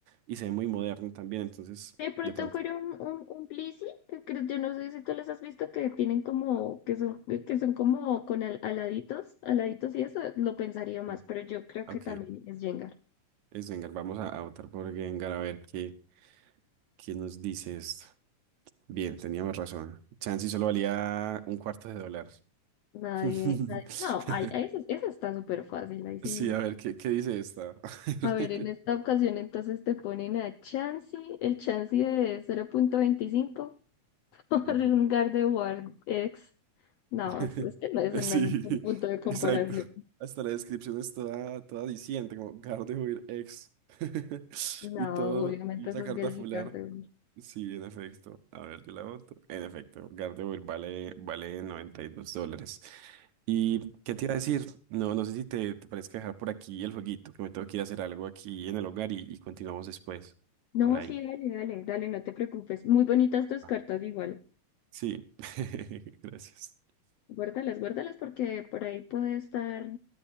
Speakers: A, on the right; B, on the left.
A: y se ve muy moderno también. Entonces,
B: De pronto
A: de pronto.
B: fueron un, un plisi, que creo- yo no sé si tú los has visto, que tienen como, que son, eh, que son como con al- aladitos, aladitos y eso, lo pensaría más,
A: sí.
B: pero yo creo
A: Ok,
B: que también es Jengar.
A: es Gengar. Vamos a, a votar por Gengar a ver qué, qué nos dice esto. Bien, teníamos razón. Chansey solo valía un cuarto de dólar.
B: Nadie,
A: <laughs>
B: nadie- no, ay, ay, esa, esa está súper fácil, ahí sí.
A: Sí, a ver, ¿qué, qué dice esta?
B: A ver,
A: <laughs>
B: en esta ocasión entonces te ponen a Chansey, el Chansey de 0.25 <laughs> por
A: Ujú.
B: un Gardevoir X. No,
A: <laughs>
B: es es que no, eso
A: Sí,
B: no hay ningún punto de
A: <laughs>
B: comparación.
A: exacto. Hasta la descripción es toda, toda diciente, como Gardevoir ex. <laughs>
B: No,
A: Y todo,
B: obviamente
A: y esa
B: eso
A: carta
B: es el
A: fular.
B: Gardevoir.
A: Sí, en efecto. A ver, yo la voto. En efecto, Gardevoir vale, vale 92 dólares. ¿Y qué te iba a decir? No, no sé si te, te parezca dejar por aquí el jueguito, que me tengo que ir a hacer algo aquí en el hogar y, y continuamos después.
B: No,
A: Por ahí.
B: sí, dale, dale, dale, no te preocupes. Muy bonitas tus
A: Ah,
B: cartas igual.
A: Sí, <laughs> gracias.
B: Guárdalas, guárdalas porque por ahí puede estar,